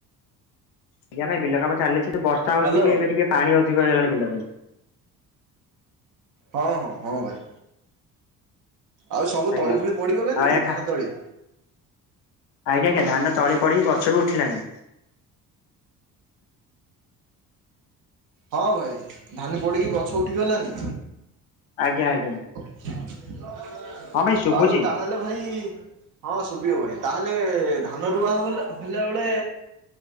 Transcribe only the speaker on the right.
ହ୍ୟାଲୋ
ହଁ ହଁ ହଁ ଭାଇ ଆଉ ସବୁ
ତଳି
ଫଳି ପଡ଼ିଗଲାନି
କି ଧାନ
ତଳି?
ହଁ ଭାଇ ଧାନ ପଡ଼ିକି ଗଛ ଉଠି ଗଲାନି।
ଆଉ
ତାହେଲେ ଭାଇ ହଁ ଶୁଭିବ। ତାହେଲେ ଧାନ ରୁଆ ହେଲା ବେଳେ